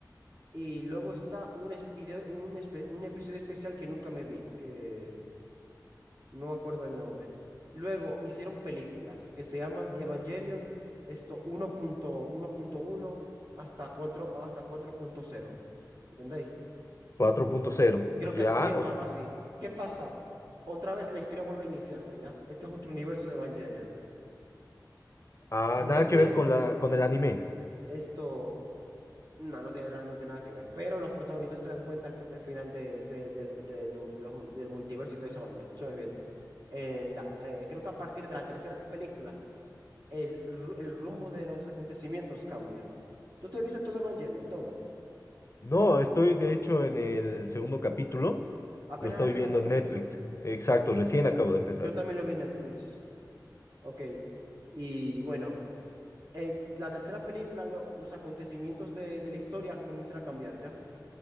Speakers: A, on the right (about 65°); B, on the left (about 40°).
A: y luego está un, es- video, un, espe- un episodio especial que nunca me vi, que no me acuerdo el nombre. Luego hicieron películas que se llaman Evangelion, esto uno uno punto uno punto uno hasta 4, o hasta cuatro punto cero ¿Entendéis?
B: 4.0.
A: Creo
B: Ya,
A: que se llamaba
B: o s-
A: así. ¿Qué pasa? Otra vez la historia vuelve a iniciarse, ¿ya? Este es otro universo de Evangelion.
B: ah,
A: En
B: nada
A: vez
B: que
A: de
B: ver con la, con el anime.
A: esto No, no tiene realmente nada que ver. Pero los protagonistas se dan cuenta al, al final de, de- del, del- de los- del multiverso y toda esa vaina. Escúchame bien. En la, eh, creo que a partir de la tercera película, el, ru- el rumbo de los acontecimientos cambia. Tú te viste todo Evangelion, todo.
B: No, estoy de hecho en el segundo capítulo.
A: Apenas
B: Lo estoy
A: el segundo
B: viendo en
A: capítulo.
B: Netflix. Exacto, recién acabo de empezar.
A: Yo también lo vi en Netflix. Ok. Y bueno, en la tercera película, lo- los acontecimientos de, de la historia comienzan a cambiar ya.